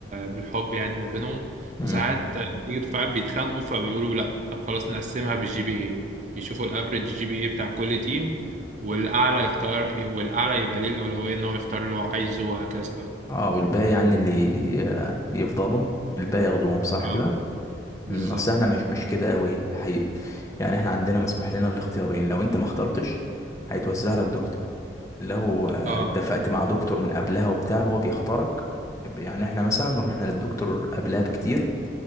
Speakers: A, on the right; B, on the left.
A: بالحب يعني ما بينهم
B: امم
A: وساعات بتيجي دفعات بيتخانقوا فبيقولوا لا طب خلاص نقسمها بالجي بي اي يشوفوا الافريج جي بي اي بتاع كل تيم والاعلى يختار والاعلى يبقى ليه الاولويه ان هو يختار اللي هو عايزه وهكذا بقى
B: اه والباقي يعني اللي ي- يفضلوا الباقي ياخدوهم صح
A: اه
B: كده
A: بالظبط
B: امم اصل احنا مش مش كده قوي الحقيقه يعني احنا عندنا مسموح لنا الاختيارين لو انت ما اخترتش هيتوزع لك دكتور لو آه،
A: اه
B: اتفقت مع دكتور من قبلها وبتاع هو بيختارك يعني احنا مثلا رحنا للدكتور قبلها بكتير